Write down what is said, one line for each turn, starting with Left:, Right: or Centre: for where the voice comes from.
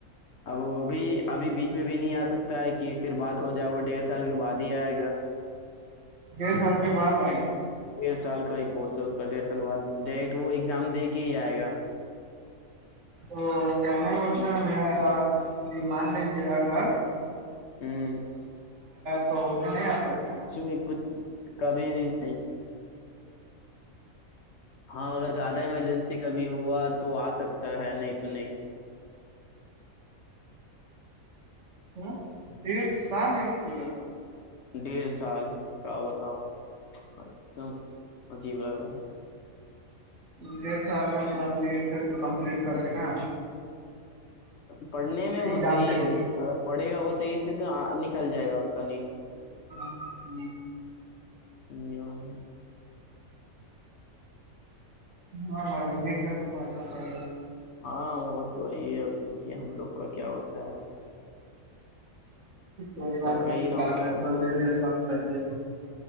Left: اب وہ بھی ابھی بیچ میں بھی نہیں آ سکتا ہے کہ پھر بات ہو جائے وہ ڈیڑھ سال کے بعد ہی آئے گا
Right: ڈیھ سال کے بعد آئے
Left: ڈیڑھ سال کا ہی کورس ہے اس کا ڈیڑھ سال بعد ڈائریکٹ وہ ایگزام دے کے ہی آئے گا
Right: تو کیانے ہوتنا بھیا یہ مان لی بھیا گھر
Left: ہوں
Right: تو اس میں نہیں آ سکتا
Left: کچ بھی کچھ کبھی بھی نہیں ہاں اگر زیادہ ایمرجنسی کا بھی ہوا تو آ سکتا ہے نہیں تو نہیں
Right: ہ دڑ سال ایکتی گا <unintelligible>
Left: ڈیڑھ سال کیا بتاؤ ایک دم عجیب لگ رہا ہے
Right: ڈیڑھ سال میں کمپلیٹ کر کے نا
Left: پڑھنے میں
Right: ایگزام
Left: وہ صحیح
Right: دے
Left: ہے لیکن
Right: کے
Left: اگر پڑھے گا وہ صحیح ت تو نکل جائے گا اس کا نیٹ
Right: ہ ہ <inaudible>
Left: جی <unintelligible>
Right: ہاں بھائی نیٹ کا تو پڑھنا پڑےگا
Left: ہاں وہ تو وہی ہے اب دیکھیے ہم لوگ کا کیا ہوتا ہے
Right: کوئی بات
Left: تب
Right: نہیں
Left: کہیں نہ ہو سب
Right: جو سب صحیح ہے